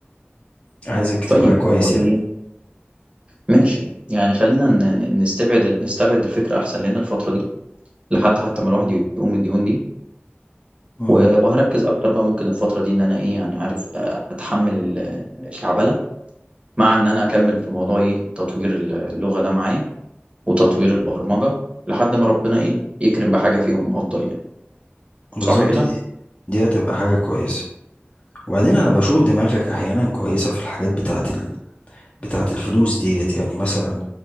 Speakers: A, on the left; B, on the right.
A: عايزك تبقى
B: طيب
A: كويس
B: هو
A: يعني
B: ايه ماشي يعني خلينا ن- ن- نستبعد نستبعد الفكرة أحسن لنا الفترة دي لحد حتى ما الواحد يقوم من الديون دي
A: امم
B: و- وهركز أكتر بقى ممكن الفترة دي إن أنا إيه يعني عارف آه، أتحمل ال- الكعبلة مع إن أنا أكمل في موضوع إيه تطوير اللغة ده معايا وتطوير البرمجة لحد ما ربنا إيه يكرم بحاجة فيهم أفضل يعني
A: بالظبط
B: صح كده؟
A: دي دي هتبقى حاجة كويسة وبعدين انا بشوف دماغك احيانا كويسه في الحاجات بتاعت ال... بتاعت الفلوس ديت يعني مثلا